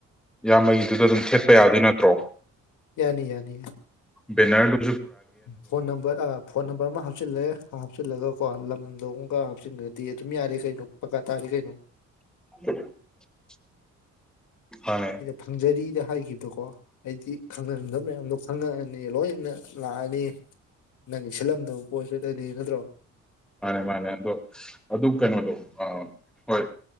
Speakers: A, in the centre; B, on the left.
A: ꯏꯌꯥꯝꯕꯒꯤꯗꯨꯗ ꯑꯗꯨꯝ ꯊꯦꯠꯄ ꯌꯥꯗꯣꯏ ꯅꯠꯇ꯭ꯔꯣ?
B: ꯌꯥꯅꯤ ꯌꯥꯅꯤ ꯌꯥꯅꯤ
A: ꯕ ꯑꯦꯅꯦꯔ
B: ꯐꯣꯟ ꯅꯝꯕꯔ ꯐꯣꯟ ꯅꯝꯕꯔ ꯑꯃ ꯍꯥꯞꯆꯤꯜꯂꯦ ꯍꯥꯞꯆꯤꯜꯂꯒ ꯀꯣ ꯂꯝꯗꯣ ꯑꯃꯨꯛꯀ ꯍꯥꯞꯆꯤꯟꯈ꯭ꯔꯗꯤ ꯑꯗꯨꯝ ꯌꯥꯔꯦ ꯀꯩꯅꯣ ꯄꯀꯥ ꯇꯥꯔꯦ ꯀꯩꯅꯣ꯫
A: <inaudible> ꯃꯥꯅꯦ
B: ꯁꯤꯗ ꯐꯪꯖꯔꯤꯗ ꯍꯥꯏꯈꯤꯕꯗꯀꯣ ꯑꯩꯗꯤ ꯈꯪꯉꯝꯗꯕ ꯃꯌꯥꯝꯗꯣ ꯈꯪꯉꯛꯑꯅꯤ ꯂꯣꯏꯅ ꯂꯥꯛꯑꯅꯤ ꯅꯪ ꯁꯤꯜꯂꯝꯗꯕ ꯄꯣꯠꯁꯤꯗꯅꯤ ꯅꯠꯇ꯭ꯔꯣ ꯫
A: ꯃꯥꯅꯦ - ꯃꯥꯅꯦ ꯑꯗꯣ ꯑꯗꯨ ꯀꯩꯅꯣꯗꯣ ꯍꯣꯏ